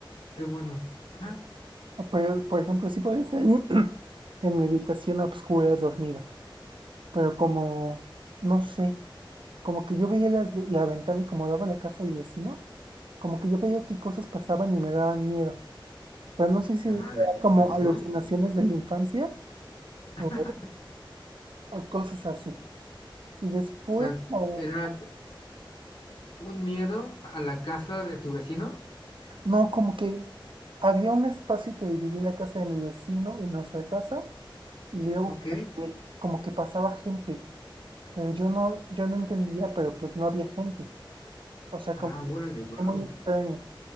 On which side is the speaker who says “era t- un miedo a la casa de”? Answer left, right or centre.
Left